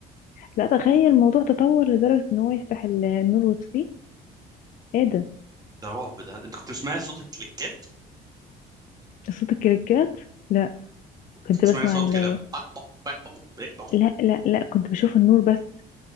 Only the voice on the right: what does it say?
ده رعب ده انت كنت بتسمعي صوت الكليكات
كنت
بتسمعي
صوت
كده بق بق بق بق بق بق.